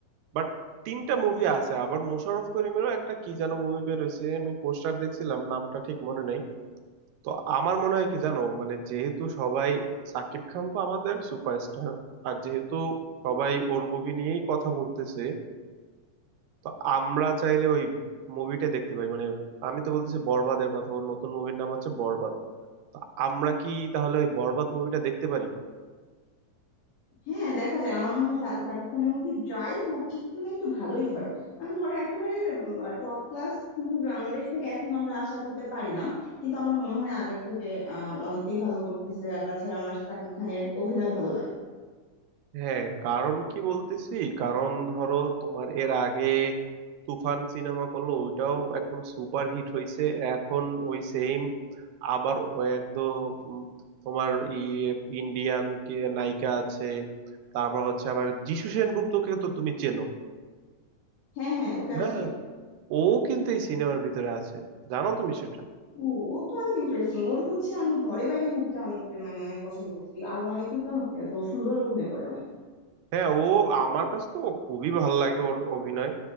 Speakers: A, on the right; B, on the left.
A: বাট তিনটা মুভি আছে আবার মোশাররফ করিমেরও একটা কি যেন মুভি বের হয়েছে আমি পোস্টার দেখছিলাম নামটা ঠিক মনে নেই তো আমার মনে হয় কি জানো মানে যেহেতু সবাই সাকিব খান তো আমাদের সুপারস্টার আর যেহেতু সবাই ওর মুভি নিয়েই কথা বলতেছে তো আমরা চাইলে ওই মুভিটা দেখতে পারি মানে আমি তো বলতেছি বরবাদের কথা ওর নতুন মুভির নাম হচ্ছে বরবাদ তো আমরা কি তাহলে ওই বরবাদ মুভিটা দেখতে পারি
B: হ্যাঁ দেখা যায় আমার মনে হয় শা- শাকিব খানের মুভি যাই হোক একটু না একটু ভালোই হয় কারণ ধরো একেবারে টপ ক্লাস মুভি বাংলাদেশ থেকে এখন আমরা আশা করতে পারি না কিন্তু আমার মনে হয় আগের থেকে আহ অনেকটাই ভালো করতেছে আর তাছাড়া আমার শাকিব খানের অভিনয় ভালো লাগে
A: হ্যাঁ কারণ কি বলতেছি কারণ ধরো তোমার এর আগে তুফান সিনেমা করলো ওইটাও একদম সুপার হিট হয়েছে এখন ওই সেম আবার ওই একদম উম তোমার ই ইন্ডিয়ান কি নায়িকা আছে তারপর হচ্ছে আবার যিশু সেনগুপ্তকে তো তুমি চেনো
B: হ্যাঁ হ্যাঁ ওকে আমি
A: হ্যাঁ
B: চিনি
A: ও কিন্তু এই সিনেমার ভিতরে আছে জানো তুমি সেটা
B: ও ও তো অনেক ইন্টারেস্টিং ওর হচ্ছে আমি ঘরে বাইরে মুভিটা অনেক মানে অনেক পছন্দ করছি আরো অনেকগুলো মুভি আছে ও সুন্দর অভিনয় করে
A: হ্যাঁ ও আমার কাছে তো ও খুবই ভালো লাগে ওর অভিনয়